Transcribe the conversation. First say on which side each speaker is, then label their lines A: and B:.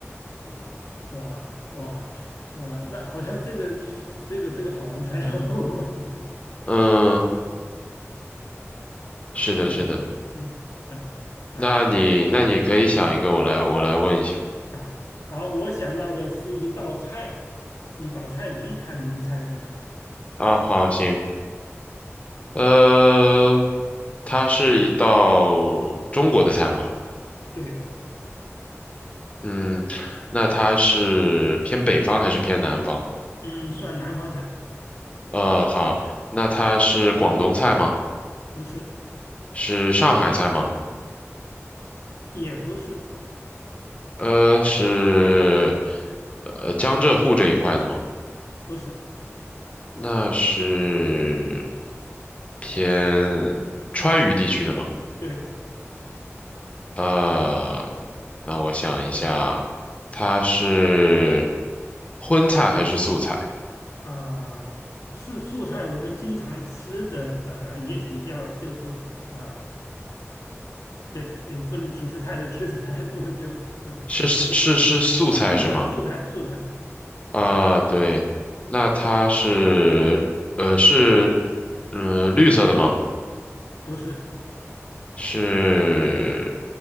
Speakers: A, on the left; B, on the left.
A: 哇哇哇哇，那好像这个这个这个好难猜哦。
B: 嗯，
A: <laughs>
B: 是的，
A: 行行行行，
B: 是的。
A: 啊啊
B: 那你，那你可以想一个，我来，我来问一下。
A: 啊，好，我想到的是一道菜，你把菜名看能不能猜出来？
B: 啊，好，行。呃，它是一道中国的菜吗？
A: 对，
B: 嗯，那它是偏北方还是偏南方？
A: 嗯，算南方菜，
B: 呃，好，那它是广东菜吗？
A: 不是，
B: 是上海菜吗？
A: 也不是，
B: 呃，是，呃，江浙沪这一块的吗？
A: 不是，
B: 那是偏川渝地区的吗？
A: 对
B: 啊、那我想一下，它是荤菜还是素菜？
A: 啊。是素菜，我们经常吃的，呃，也比较就是说，呃，对，也不能提示太多，提示太多就就
B: 是是是素菜是吗？
A: 素菜，素菜，素菜，
B: 啊、对，那它是呃是嗯呃绿色的吗？
A: 不是。
B: 是，